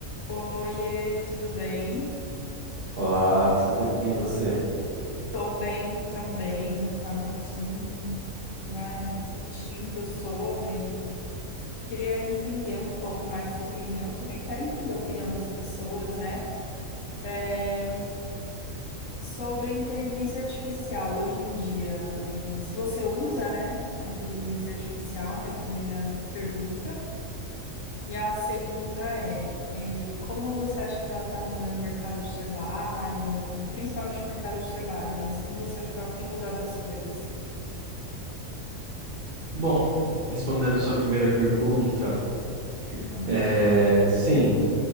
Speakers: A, on the left; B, on the right.
A: Oiê, tudo bem?
B: Olá, tudo bem? E você?
A: Tô bem também. Tava aqui, né, refletindo sobre. Queria entender um pouco mais sua opinião também. Quero entender a opinião das pessoas, né? É, sobre inteligência artificial hoje em dia. É, se você usa, né, a inteligência artificial, minha primeira pergunta. E a segunda é, é, como você acha que ela está mudando o mercado de trabalho, principalmente o mercado de trabalho, mas como você acha que ela tem mudado as coisas?
B: Bom, respondendo sua primeira pergunta,
A: Hum,
B: é, sim,